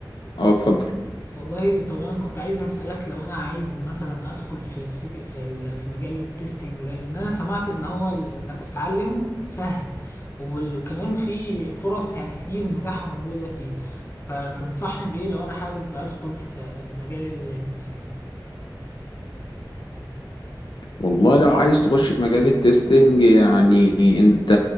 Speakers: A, on the left; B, on the left.
A: أه اتفضل
B: والله طب انا كنت عايز اسالك لو انا عايز مثلا ادخل في في في, ال- في مجال التستنج ده لان انا سمعت ان هو ال- انك تتعلمه سهل وال- وكمان في فرص يعني كتير متاحه موجوده فيه فتنصحني بايه لو انا حابب ادخل في في مجال التستنج
A: والله لو عايز تخش في مجال التستنج يعني أنت